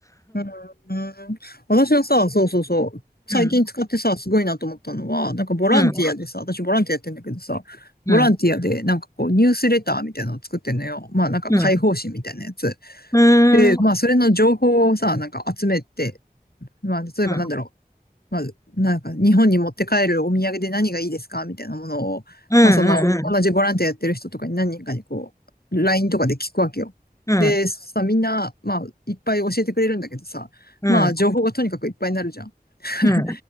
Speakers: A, on the left; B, on the left.
A: うん。うん私はさ、そうそうそう。最近使ってさ、
B: <laughs> うん、
A: すごいなと思ったのは、なんかボランティアでさ、
B: うん、
A: 私ボランティアやってんだけどさ、
B: うん、
A: ボランティアでなんかこうニュースレターみたいなのを作ってんのよ。まあなんか解放誌みたいなやつ。
B: うん、うん、
A: で、
B: うん、
A: まあそれの情報をさ、なんか集めて、まあ例えばなんだろう。
B: うん、
A: まあ、なんか日本に持って帰るお土産で何がいいですかみたいなものを、
B: うん、
A: まあその、同じボランティアやってる人とかに何人かにこう、LINE とかで聞くわけよ。
B: うん、
A: で、
B: うん、
A: さ、みんな、まあ、いっぱい教えてくれるんだけどさ、
B: うん、
A: まあ、情報がとにかくいっぱいになるじゃん。<laughs>
B: うん、